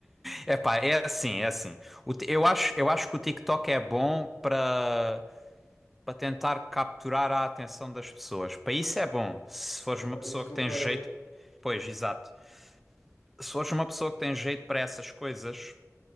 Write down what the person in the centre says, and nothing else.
É pá, é assim, é assim. O ti- eu acho, eu acho que o TikTok é bom para para tentar capturar a atenção das pessoas. Para isso é bom. Se fores
uma pessoa
que
tem
jeito, pois, exato. Se fores uma pessoa que tem jeito para essas coisas,